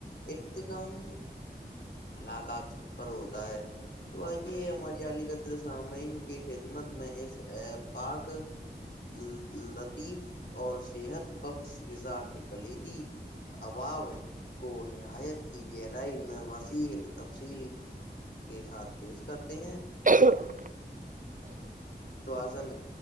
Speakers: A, on the left (about 70°); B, on the right (about 50°).
A: اخت کاام <inaudible> ہلاقات پر ہوتا ہے تو آئیے ہماری علی قدر سامعین کی خدمت میں اس پاک لل لطیف اور صحت بخش غذا کے کلیدی اباو کو نہایت کی گہرائی میں وس ی تفصیلی کے ساتھ پیش کرتے ہیں
B: ہ <inaudible> <inaudible>
A: توزن